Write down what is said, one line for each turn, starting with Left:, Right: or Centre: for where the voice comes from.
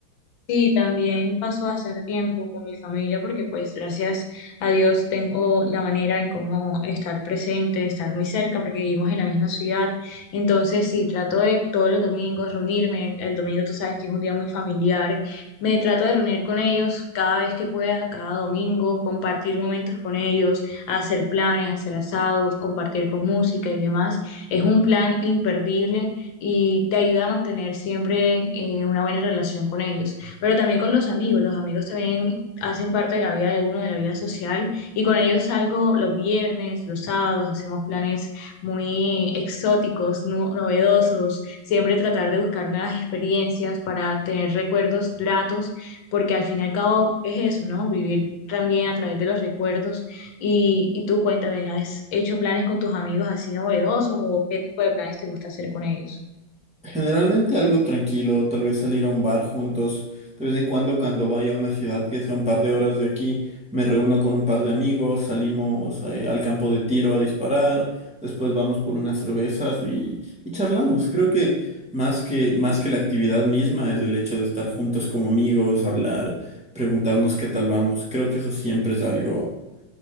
Left: Sí, también paso bastante tiempo con mi familia porque pues gracias a Dios tengo la manera en cómo estar presente, estar muy cerca porque vivimos en la misma ciudad. Entonces sí, trato de todos los domingos reunirme. El domingo tú sabes que es un día muy familiar. Me trato de reunir con ellos cada vez que pueda, cada domingo, compartir momentos con ellos, hacer planes, hacer asados, compartir con música y demás. Es un plan imperdible y te ayuda a mantener siempre eh, una buena relación con ellos pero también con los amigos. Los amigos también hacen parte de la vida de uno, de la vida social, y con ellos salgo los viernes, los sábados, hacemos planes muy exóticos, no- novedosos, siempre tratar de buscar nuevas experiencias para tener recuerdos gratos, porque al fin y al cabo es eso, ¿no? Vivir también a través de los recuerdos. Y, y tú cuéntame, ¿has hecho planes con tus amigos así novedosos o qué tipo de planes te gusta hacer con ellos?
Centre: Generalmente algo tranquilo, tal vez salir a un bar juntos. De vez en cuando, cuando vaya a una ciudad que sea un par de horas de aquí, me reúno con un par de amigos, salimos eh, al campo de tiro a disparar, después vamos por unas cervezas y, y charlamos. Creo que más que, más que la actividad misma es el hecho de estar juntos como amigos, hablar, preguntarnos qué tal vamos. Creo que eso siempre es algo,